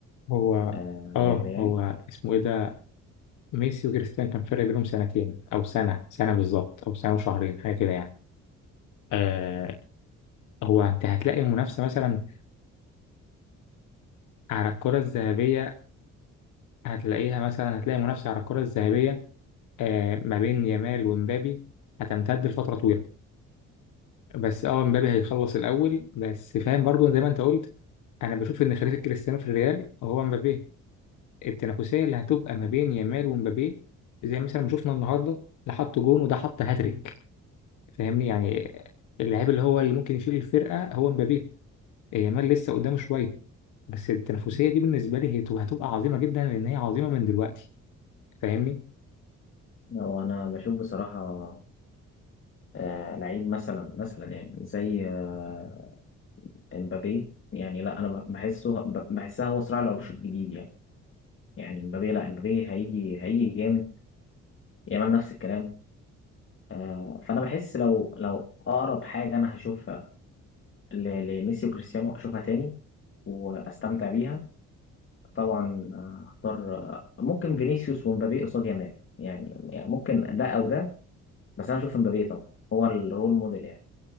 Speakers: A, on the left (about 80°); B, on the left (about 45°).
A: هو
B: آه،
A: اه
B: للريال
A: هو اسمه ايه ده ميسي وكريستيانو كان فرق بينهم سنتين او سنه سنه بالظبط او سنه وشهرين حاجه كده يعني آه هو انت هتلاقي منافسه مثلا على الكره الذهبيه هتلاقيها مثلا هتلاقي منافسه على الكره الذهبيه آه، ما بين يامال ومبابي هتمتد لفترة طويلة بس اه مبابي هيخلص الأول بس فاهم برضو زي ما أنت قلت أنا بشوف إن خليفة كريستيانو في الريال هو مبابي التنافسية اللي هتبقى ما بين يامال ومبابي زي مثلا ما شفنا النهاردة ده حط جون وده حط هاتريك فاهمني يعني اللاعب اللي هو اللي ممكن يشيل الفرقة هو مبابي يامال لسه قدامه شوية بس التنافسية دي بالنسبة لي هي هتبقى عظيمة جدا لأن هي عظيمة من دلوقتي فاهمني
B: هو انا بشوف بصراحه آه، لعيب مثلا مثلا يعني زي آه، امبابي يعني لا انا ب- بحسه ب- بحسها هو صراع العروش الجديد يعني يعني امبابي لا امبابي هيجي هيجي جامد يامال نفس الكلام آه، فانا بحس لو لو اقرب حاجه انا هشوفها ل- لميسي وكريستيانو اشوفها تاني واستمتع بيها طبعا آه، اختار آه، ممكن فينيسيوس ومبابي قصاد يامال يعني يعني ممكن ده او ده بس انا اشوف امبابي طبعا هو الرول موديل يعني